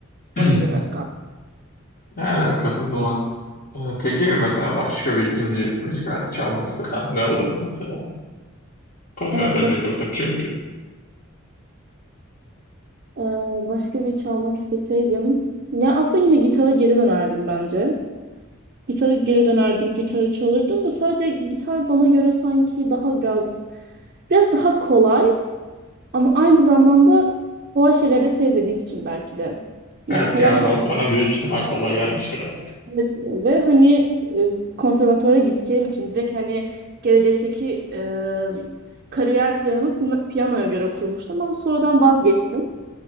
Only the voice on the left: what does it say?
<clears throat>
Evet, katıldım ona. Ee, Peki mesela başka bir ikinci müzik aleti çalmak istesen ne olurdu mesela? Konuya
dönecek
olursak çünkü.
Evet,
piyanodan
sonra büyük ihtimal kolay gelmiştir. evet.